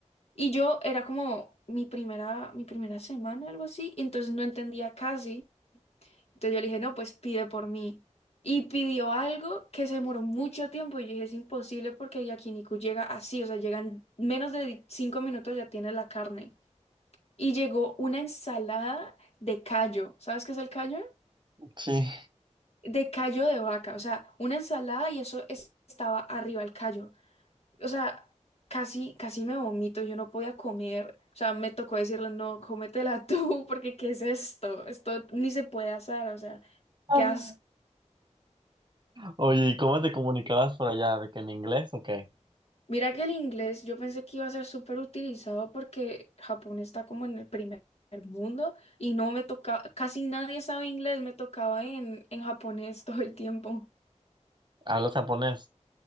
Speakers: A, on the left; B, on the right.
A: Y yo era como mi primera, mi primera semana, algo así, y entonces no entendía casi. Entonces yo le dije, no, pues pide por mí. Y pidió algo que se demoró mucho tiempo y yo dije, es imposible porque Yakiniku llega así, o sea, llega en menos de cinco minutos ya tiene la carne. Y llegó una ensalada de callo. ¿Sabes qué es el callo?
B: Sí.
A: De callo de vaca, o sea, una ensalada y eso es- estaba arriba el callo. o sea, casi, casi me vomito, yo no podía comer, o sea, me tocó decirle, no, cómetela tú, <laughs> porque ¿qué es esto? Esto ni se puede asar, o sea,
B: Ah.
A: qué asco.
B: Oye, ¿y cómo te comunicabas por allá? ¿De que en inglés o qué?
A: Mira que el inglés yo pensé que iba a ser súper utilizado porque Japón está como en el primer mundo y no me tocaba, casi nadie sabe inglés, me tocaba en, en japonés <laughs> todo el tiempo.
B: ¿Hablas japonés?